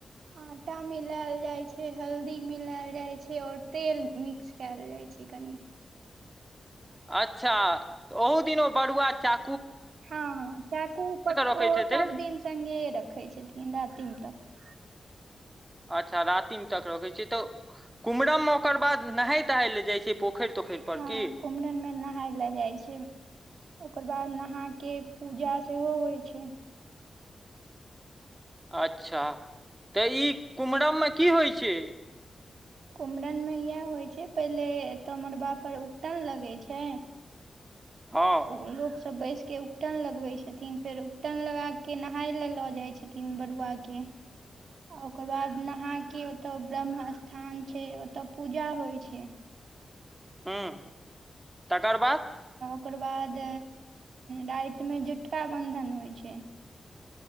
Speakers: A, on the right; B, on the right.
A: आटा मिलायल जाय छै, हल्दी मिलायल जाय छै, और तेल मिक्स कैयल जाय छै। ठीक।
B: अच्छा, ओहो दिन ओ बरुआ च।
A: हँ, हँ चाकू पक्क
B: रखैत
A: ओ
B: हेतै
A: सभदिन सङ्गे रखैत छथिन, रातिम तक। <inaudible>
B: अच्छा रातिम तक रखैत छै, तऽ कुम्हरममें ओकर बाद नहाय- तहाय ल जाइ छै। पोखरि तोखरि पर
A: हँ
B: की
A: कुमरम में नहाय ले जाइ छै, ओकर बाद नहा। के पूजा सेहो होइ छै।
B: अच्छा, तऽ ई कुम्हरममें की होइ छै।
A: कुमरम में इएह होइ छै, पहिले एतऽ मड़बा पर उकटन लगै छै।
B: हँ
A: ओ लोक। सभ बैसके उकटन लगबै छथिन, फेर उकटन लगा के नहाय लए लऽ जाइ छथिन बरुआके। ओकर बाद नहाक ओतय ब्रह्म-स्थान छै, ओतय पूजा होइ छै।
B: हूं, तकर बाद।
A: ओकर बाद, रातिमें झुटका-बन्धन होइ छै।